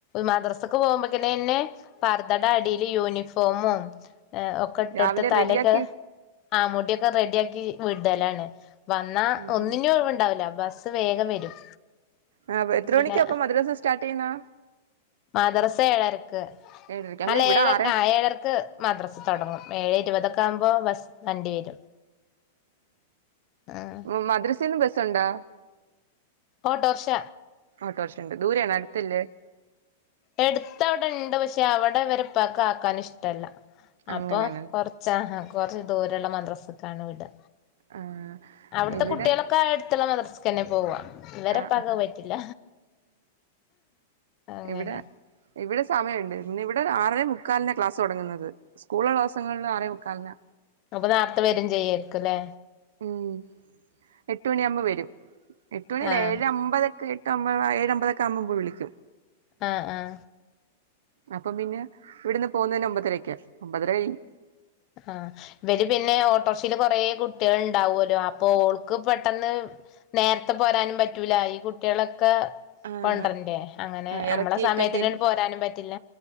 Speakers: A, on the left (about 30°); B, on the right (about 80°).
A: മദ്രസക്ക് പോവുമ്പക്ക്നന്നെ പർദ്ദേടടിയില് യൂണിഫോമും ഒക്കെ ഇട്ടൊടുത്ത്
B: രാവിലെ
A: തലെക്കെ
B: റെഡിയാക്കി
A: ആ മുടിയൊക്കെ റെഡിയാക്കി വിടലാണ് വന്നാ
B: ഉം
A: ഒന്നിനും ഒഴിവ് ഇണ്ടാവില്ല ബസ് ബസ് വേഗം വരും
B: ആഹ് അപ്പൊ എത്ര
A: പിന്നെ
B: മണിക്കാ അപ്പം മദ്രസ സ്റ്റാർട്ട്‌ ചെയ്യുന്ന്
A: മദ്രസ ഏഴരക്ക്
B: ഏഴരയ്ക്ക്
A: അല്ല
B: ഇവിടെ
A: ഏഴര്ക്കാ
B: ആറേ
A: ഏഴരക്ക് മദ്രസ തൊടങ്ങും ഏഴേഇരുപതൊക്കെ ആവുമ്പോ ബസ് വണ്ടി വരും ആഹ്
B: ഉം മദ്രസ ബസ് ഉണ്ടോ
A: ഓട്ടോറിക്ഷ
B: ഓട്ടോറിക്ഷയുണ്ട് ദൂരെയാണോ അടുത്തല്ലേ
A: എടുത്ത് അവിടെ ഇണ്ട് പക്ഷെ അവിടെവരെ ഉപ്പാക്ക് ആക്കാൻ ഇഷ്ടല്ല അപ്പൊ
B: അങ്ങനെയാണ്
A: കുറച്ചാ കൊറച്ച് ദൂരള്ള മദ്രസ്ക്കാണ് വിടാ
B: ആഹ്
A: അവിട്ത്തെ
B: ഇവിടെ
A: കുട്ടികളൊക്കെ അടുത്ത് അട്ത്ത്ള്ള മദ്രസ്ക്കന്നെ പോവാ ഇവരെ
B: ആഹ്
A: ഉപ്പാക്ക്
B: ആഹ്
A: അഅ് പറ്റില്ല അങ്ങനെ
B: ഇവിടെ ഇവിടെ സമയമുണ്ട് പിന്നെ ഇവിടെ ആറേ മുക്കാലിനാ ക്ലാസ് തുടങ്ങുന്നത് സ്കൂളുള്ള ദിവസങ്ങളിൽ ആറേ മുക്കാലിനാ
A: അപ്പൊ നേരാത്തെ വരും ചെയ്യരിക്കുല്ലേ
B: ഉം എട്ട് മണിയാകുമ്പോ വരും എട്ടുമണിയല്ല
A: ആഹ്
B: ഏഴ അമ്പതൊക്കെ അമ്പത് ഏഴമ്പതക്കെ ആകുമ്പോ ഉമ്മ വിളിക്കും
A: ആഹ ആഹ
B: അപ്പൊ പിന്നെ ഇവിടന്ന് പോകുന്നതിന്നെ ഒമ്പതരക്കാ ഒമ്പതര കഴിയ്യും
A: ആഹ ഇവര് പിന്നെ ഓട്ടോറിക്ഷൽ കുറേ കുട്ടികൾ ഉണ്ടാവുമല്ലോ അപ്പൊ ഓൾക്ക് പെട്ടെന്ന് നേരത്തെ പോരാനും പറ്റൂല ഈ കുട്ടികളൊക്കെ കുട്ടികളെയൊക്കെ
B: ആഹ്
A: കൊണ്ടരണ്ട അങ്ങനെ
B: ആഹ് ഇറക്കിയിട്ടൊക്കെ
A: നമ്മളെ സമയത്തിന് പോരാനും പറ്റില്ല